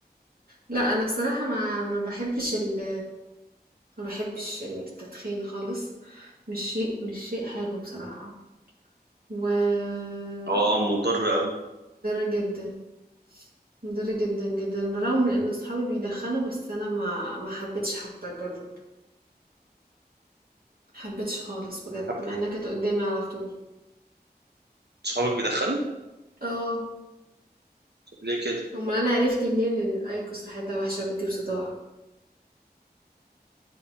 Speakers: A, on the right (about 60°); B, on the right (about 80°).
A: لأ أنا بصراحة ما ما باحبش ال ما باحبش التدخين خالص، مش شيء مش شيء حلو بصراحة، ومُضِر
B: اه مضر قوي
A: جدًا، مُضِر جدًا، جدًا، بالرغم من إن صحابي بيدخّنوا بس أنا ما ما حبيتش حتى أجرّب. محبتش خالص بجد
B: حب
A: مع انها كانت قدامي على طول
B: صحابك بيدخنوا
A: اه
B: طب ليه كده
A: امال انا عرفت منين ان الايكوس ريحتها وحشه بتجيب صداع